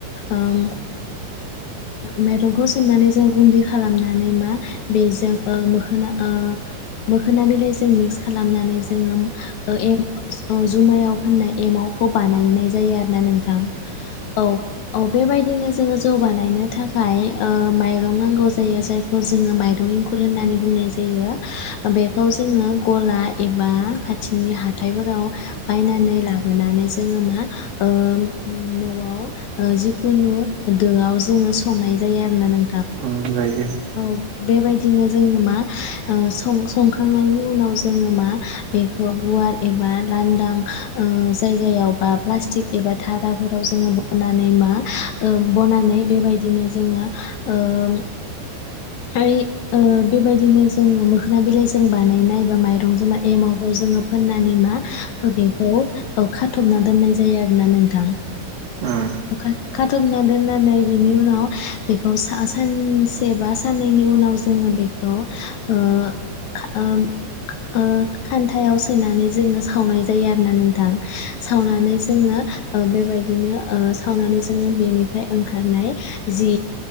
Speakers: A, on the left; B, on the right.
A: ओम माइरंखौ सोमनानै जों गुन्दै खालामनानै मा बेजों ओ मोखोना ओ मोखोना बिलाइजों मिक्स खालामनानै जो जों ए जुमायाव फोनाय एमावखौ बानायनाय जायो आरो ना नोंथां। औ औ बेबायदिनो जोंङो जौबानाय गायनो थाखाय ओ माइरं नांगौ जायो। जायखौ जोंङो माइरं एखुर होननानै बुंनाय जायो। बेयो बेखौ जोङो गला एबा खाथिनि हाथायफोराव बायनानै लाबोनानै जोंङो मा न'आव ओ जिखुनु दोआव संनाय जायो आरोना नों
B: उम जायो।
A: औ बेबायदिनो जोंङो मा सं संखांनायनि उनाव जोंङो मा बेखौ गुवार एबा लांदां जायगायाव बा प्लास्टिक एबा धाराफोराव जोंङो बनानै मा ओ बनानै बेबायदिनो जोंङो ओम आइ ओ बेबायदिनो जोंङो मोखोना बिलाइ जों बानायनाय। माइरं जोंबा एमावखौ जोंङो फोननानै मा बेखौ खाथबना दोननाय जायो आरोना नोंथां
B: उम
A: अखा खाथबना दोननानै बिनि उनाव बेखौ सानसे बा साननैनि उनाव जोङो बेखौ ओ ओं ओ खान्थायाव सोनानै जोङो सावनाय जायो आरोना नों सावनानै जोङो ओ बेबायदिनो ओ सावनानै जोङो बेनिफ्राय ओंखारनाय जि